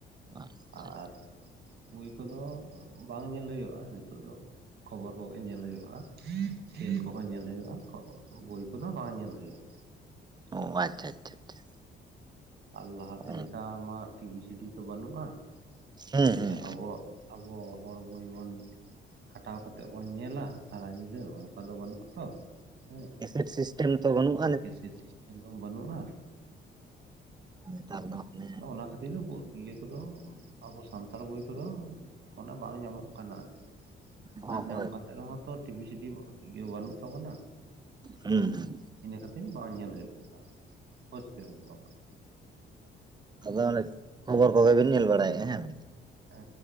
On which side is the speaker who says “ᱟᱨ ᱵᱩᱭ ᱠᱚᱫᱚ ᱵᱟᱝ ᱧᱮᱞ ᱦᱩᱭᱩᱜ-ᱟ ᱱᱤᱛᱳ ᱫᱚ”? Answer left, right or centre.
Right